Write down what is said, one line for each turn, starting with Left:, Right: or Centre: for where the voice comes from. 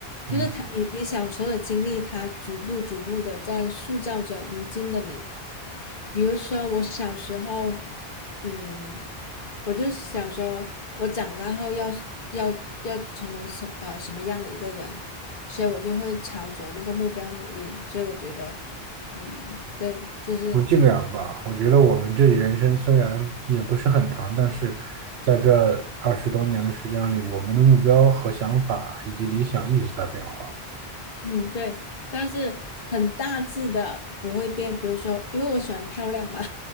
Left: 就是他，
Right: 嗯，
Left: 你你小时候的经历，他逐步逐步的在塑造着如今的你。比如说，我小时候，嗯，我就想说，我长大后要要要成为什呃什么样的一个人，所以我就会朝着那个目标努力。所以我觉得，嗯，对，就是
Right: 不尽然吧，我觉得我们这人生虽然也不是很长，但是在这二十多年的时间里，我们的目标和想法以及理想一直在变化。
Left: 嗯，对，但是很大致的不会变。比如说，因为我喜欢漂亮嘛，